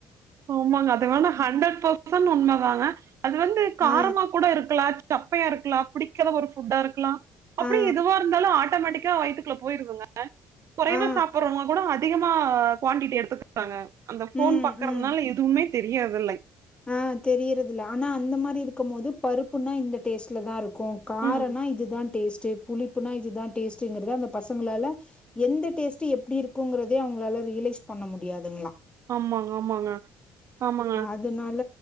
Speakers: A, on the right; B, on the left.
A: ஆமாங்க அதுவேணா ஹண்ட்ரட் பர்சன்ட் உண்மதாங்க அது வந்து காரமா
B: ஆ
A: கூட இருக்கலா சப்பையா இருக்கலா புடிக்காத ஒரு ஃபுட்டா இருக்கலா அப்படி
B: ஆ
A: எதுவா இருந்தாலு ஆட்டோமேட்டிக்கா வயித்துக்குள்ள போயிருதுங்க குறைவா
B: ஆ
A: சாப்பிடுறவங்க கூட அதிகமா குவான்டிட்டி எடுத்துக் <inaudible> காங்க அந்த ஃபோன்
B: ம்
A: பாக்
B: ம்
A: அதனால எதுவுமே தெரியறதில்லை
B: ஆ தெரியறதில ஆனா அந்த மாரி இருக்கும் போது பருப்புன்னா இந்த டேஸ்ட்ல தா இரு க்கு காரனா
A: ம்
B: இதுதா டேஸ்ட்டு புளிப்புனா இதுதா டேஸ்ட்டுங்கிறத அந்த பசங்களால எந்த டேஸ்ட் எப்டியிருக்குங்கறதே அவுங்களால ரியலைஸ் பண்ண முடியாதுங்ளா
A: ஆமாங்க ஆமாங்க ஆமாங்க
B: அதனால